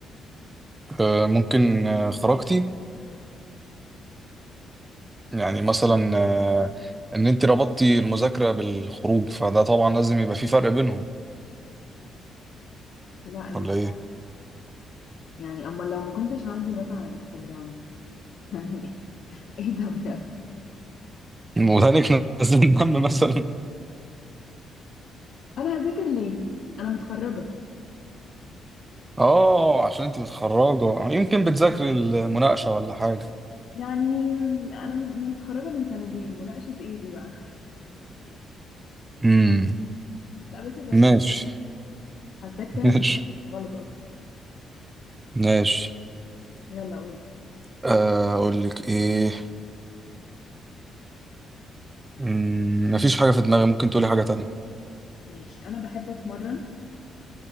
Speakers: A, on the right (about 20°); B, on the left (about 60°).
A: آه ممكن آه، خرجتي يعني مثلا آه ان انت ربطتي المذاكره بالخروج فده طبعا لازم يبقى في فرق بينهم
B: لا انت
A: ولا ايه
B: يعني أما لو ما كنتش عندي مثلا انستجرام <laughs> يعني إيه ده بجد
A: <laughs> ودانك نزل دم مثلا
B: أنا هذاكر ليه أنا متخرجة
A: اه عشان انت متخرجه يعني يمكن بتذاكري المناقشه ولا حاجه
B: يعني أنا مت- متخرجة من سنتين مناقشة إيه دي بقى
A: امم
B: <laughs> لا بس ركز
A: ماشي
B: حاساك فاهم
A: ماشي
B: الكونسيبت غلط أصلا
A: ماشي
B: يلا قول
A: آه، اقول لك ايه مم، مفيش حاجه في دماغي ممكن تقولي حاجه تانية
B: ماشي أنا بحب أتمرن